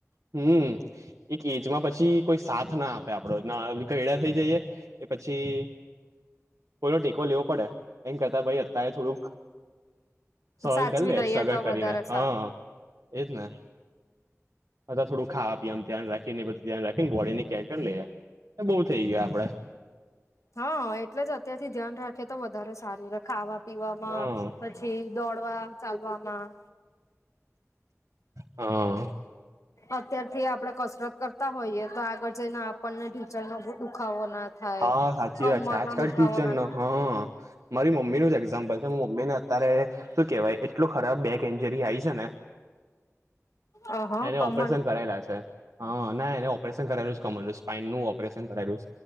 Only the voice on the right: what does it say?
હમ. એક એજમાં પછી કોઈ સાથ ના આપે આપડો ના ઘયડા થઈ જઈએ કે પછી થોડો ટેકો લેવો પડે એમ કરતા ભાઈ અત્યારે થોડુંક સહન
કરી લે
સ્ટ્રગલ
કરીને
હ એજ ને <unintelligible> થોડું ખાવા પીવામા ધ્યાન રાખીને બધું ધ્યાન રાખીને બોડીને કેર લઈએ બઉ થય ગયુ આપડે
હ
હા.
હા સાચી
વાત છે, આજકાલ
ટીચર
નો હ મારી મમ્મી નુ જ એક્ઝામ્પલ છે, હું મમ્મી ને ત્યારે શું કેવાય એટલું ખરાબ બેક એન્જરી આઈ છે, ને
એને
ઓપરેશન કરાયેલા છે, હ ના એને ઓપરેશન કરેલું કમરલું સ્પાઈનનું ઓપરેશન કરાયેલું